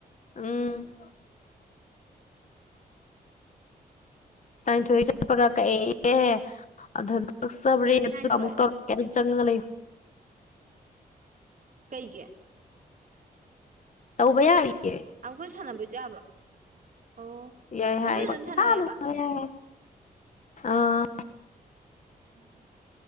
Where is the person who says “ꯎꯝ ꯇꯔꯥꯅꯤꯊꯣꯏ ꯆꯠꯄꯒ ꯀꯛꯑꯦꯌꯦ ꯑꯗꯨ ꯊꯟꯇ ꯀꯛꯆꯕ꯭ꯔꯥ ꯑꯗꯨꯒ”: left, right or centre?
Left